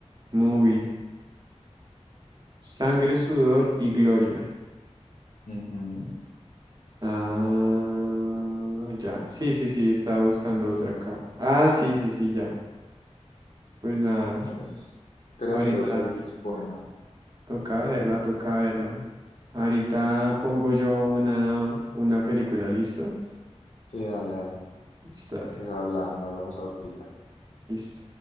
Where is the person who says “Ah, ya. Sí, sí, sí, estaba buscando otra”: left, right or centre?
Right